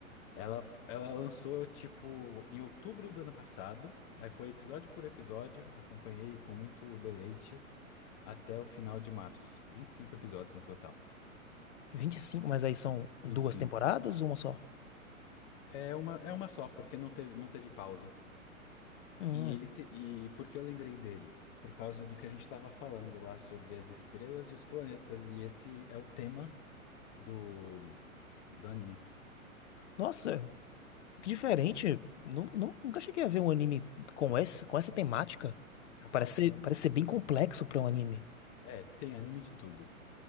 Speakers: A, on the left; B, on the left.
A: Ela, ela lançou tipo em outubro do ano passado. Aí foi episódio por episódio, acompanhei com muito deleite. até o final de março. vinte e cinco episódios no total.
B: vinte e cinco, mas aí são duas
A: vinte e cinco.
B: temporadas ou uma só?
A: É uma, é uma só, porque não teve, não teve pausa.
B: Hum,
A: E ele te- e por que eu lembrei dele? Por causa do que a gente estava falando lá sobre as estrelas e os planetas. E esse é o tema do, do anime.
B: nossa, que diferente. Nu- nu- nunca cheguei a ver um anime com esse, com essa temática.
A: Rapaz,
B: Parece ser,
A: tem, a-
B: parece ser bem complexo pra um anime.
A: é, tem anime de tudo.